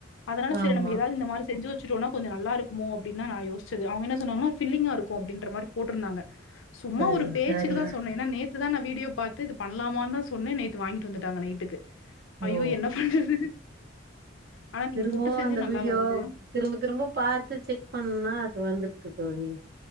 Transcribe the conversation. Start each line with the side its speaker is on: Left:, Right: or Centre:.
Left: அதனால செரி
Right: ஆமா
Left: நம்ம எதாது இந்த மாரிச் செஞ்சு வச்சுடோனா கொஞ்ச நல்லாருக்குமோ அப்டின்தா நா யோச்சது அவுங்க என்ன சொன்னாங்கனா ஃபிலிங்கா இருக்கு அப்டின்ற மாரி போட்ருந்தாங்க சும்மா
Right: சரிங்க
Left: ஒரு பேச்சுக்குதா
Right: சரிங்க
Left: சொன்னே எனா நேத் துதா நா வீடியோ பாத்து இது பண்லாமான்தா சொன்னே நேத்து வாங்கிட்டு வந்துட்டாங்க நைட்டுக்கு அயோ
Right: ஓ
Left: என்ன பண்றது ஆனா நீங்க
Right: திரும்பவு
Left: புட்டு செஞ்சு
Right: அந்த
Left: நல்லா
Right: வீடியோ
Left: வருது
Right: திரும்ப திரும்ப பாத்து செக் பண்ணா அது வந்துர்து தோழி